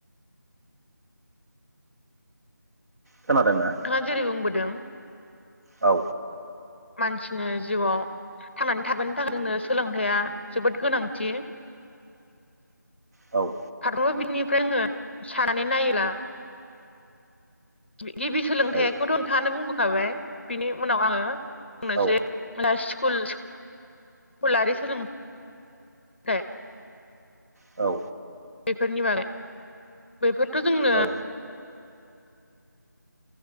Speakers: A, on the right; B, on the left.
A: खोनादोंना
B: नोंथाङा जेरै बुंबोदों
A: औ
B: मानसिनो जिउआव थांनानै थाबोनो थाखाय जोंनो सोलोंथाइया जोबोद गोनांथि
A: औ
B: फारफ्रोमबो बिथिंनिफ्राय जोङो साननानै नायोब्ला गिबि सोलोंथाइखौथ
A: औ
B: नोंथाङानो बुंबो खाबाय बिनि उनाव आङो बुंनोसै
A: औ
B: स्कुल स्कुलारि सोलोंथाइ
A: औ
B: बेफोरनि बागै बेफोरथ जोंनो
A: औ